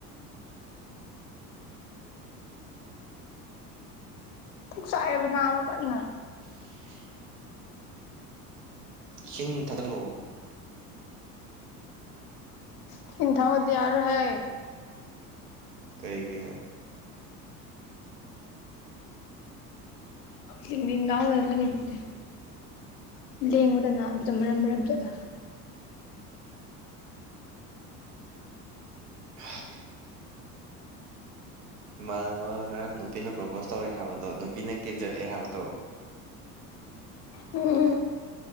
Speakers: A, on the left; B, on the right.
A: ꯄꯨꯛ ꯆꯥꯛꯑꯦꯕ ꯅꯥꯕ ꯀꯟꯅ
B: <inaudible> ꯏꯁꯤꯡ ꯊꯛꯂꯣ
A: ꯏꯁꯤꯡ ꯊꯛꯑꯨꯔꯗꯤ ꯌꯥꯔꯔꯣꯏ ꯍꯦ
B: ꯀꯩꯒꯤ
A: ꯂꯤꯡꯂꯤꯡ ꯂꯥꯎ ꯂꯩꯔꯒꯅꯤ ꯄꯨꯛꯁꯦ ꯂꯦꯡꯕꯗ ꯅꯥꯕꯤꯗꯣ ꯃꯔꯝ ꯃꯔꯝ ꯆꯠꯂꯒ
B: <unintelligible> ꯏꯃꯥꯟꯅꯕ ꯉꯔꯥꯡ ꯅꯨꯄꯤꯅ ꯄ꯭ꯔꯣꯄꯣꯁ ꯇꯧꯔꯛꯑꯦ ꯍꯥꯏꯕꯗꯣ ꯅꯨꯄꯤꯅ ꯀꯦꯟꯖꯜꯂꯛꯑꯦ ꯍꯥꯏꯕꯗꯣ
A: ꯎꯝ